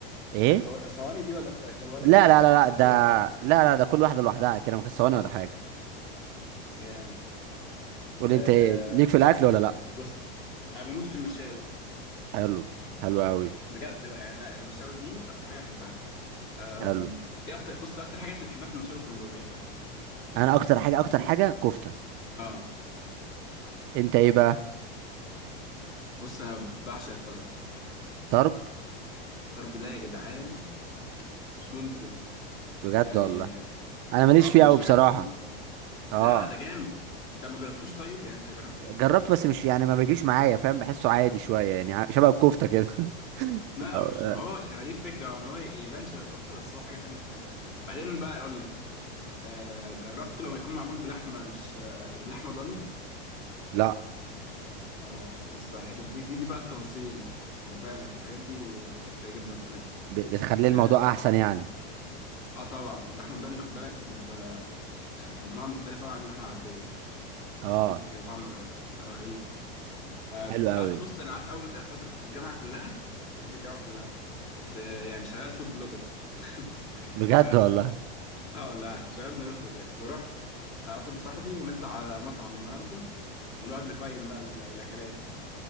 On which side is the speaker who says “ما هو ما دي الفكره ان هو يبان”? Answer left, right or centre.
Left